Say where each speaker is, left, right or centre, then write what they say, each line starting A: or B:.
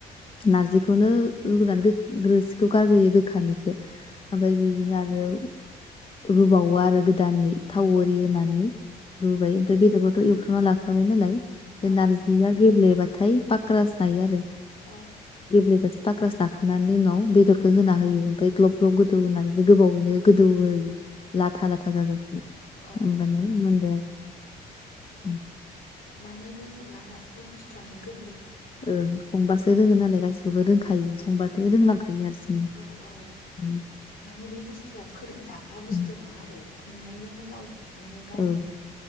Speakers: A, on the left; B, on the left.
A: नारजिखौनो रुगोरना गोग रोसिखौ गारग्रोयो गोग खानिखौ ओमफाय
B: औ
A: बिदिनो आरो रुबावो आरो गोदानै थाव
B: औ
A: ओरि होनानै रुबाय ओमफाय बेदरखौथ' एवथ्रमना लाखाबाय नालाय फाय
B: औ
A: नारजिया गेब्लेबाथाय पाक्रास नायो आरो
B: औ
A: गेब्लेबासो पाक्रास दाखोनानै उनाव बेदरखौ होना होयो ओमफ्राय ग्लब ग्लब गोदौ होनानै गोबावैनो गोदौ होयो लाथा लाथा जाजासिम
B: औ
A: होमबानो मोनबाय आरो उम
B: मानि रोङोब्ला गासिबो बुस्थुआनो गो
A: ओ संबासो रोङो नालाय गासिखौबो रोंखायो
B: औ
A: संबथाय रोंलांखायो हारसिंनो
B: औ औ
A: <inaudible>
B: माने बे बुस्थुआ फोरोंजाग्रा बुस्थु
A: औ
B: नङा आरो नुनायजोंनो गाव हारसिंनो गावनि
A: औ